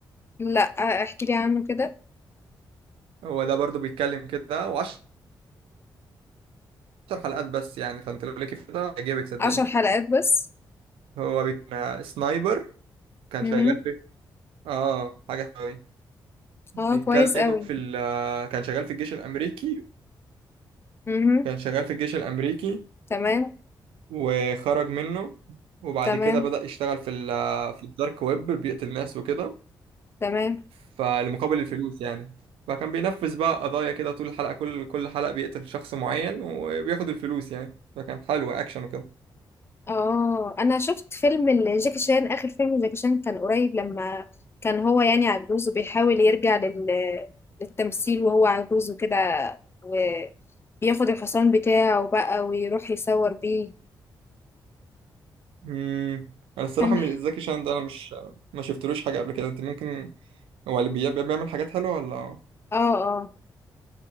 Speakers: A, on the left; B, on the right.
A: لا احكي لي عنه كده
B: هو ده برضو بيتكلم كده وعشر حلقات بس يعني فانت لو ليك كده هيعجبك صدقني
A: عشر حلقات بس
B: هو بيك... آه، سنايبر كان
A: امم
B: شغال في اه حاجة حلوة بيتكلم
A: اه كويس قوي
B: في ال... آه، كان شغال في الجيش الأمريكي
A: امم
B: كان شغال في الجيش الأمريكي
A: تمام
B: وخرج منه وبعد
A: تمام
B: كده بدأ يشتغل في ال... آه، في الدارك ويب بيقتل ناس وكده
A: تمام
B: فالمقابل الفلوس يعني فكان بينفذ بقى قضايا كده طول الحلقة كل كل حلقة بيقتل شخص معين وبياخد الفلوس يعني فكان حلو أكشن وكده
A: آه، أنا شُفت فيلم لجاكي شان آخر فيلم لجاكي شان كان قريب لمّا كان هو يعني عجوز وبيحاول يرجع لل للتمثيل وهو عجوز وكده، وبياخد الحصان بتاعه بقى ويروح يصوّر بيه،
B: امم أنا الصراحة
A: كان
B: من
A: ح
B: زكي شان ده أنا مش ما شفتلوش حاجة قبل كده أنت ممكن هو اللي بي- بيعمل حاجات حلوة ولا
A: آه، آه،